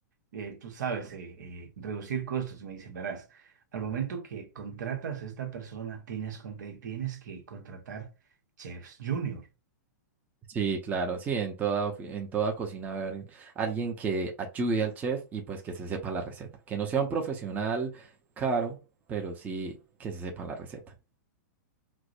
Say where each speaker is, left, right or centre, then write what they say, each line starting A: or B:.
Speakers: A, on the right (about 75°); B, on the right (about 15°).
A: eh, tú sabes, eh, eh, reducir costos. Y me dicen, verás, al momento que contratas a esta persona, tienes, con- te- tienes que contratar chefs junior.
B: Sí, claro, sí, en toda, ofi- en toda cocina debe haber alguien que ayude al chef y pues que se sepa la receta. Que no sea un profesional caro, pero sí que se sepa la receta.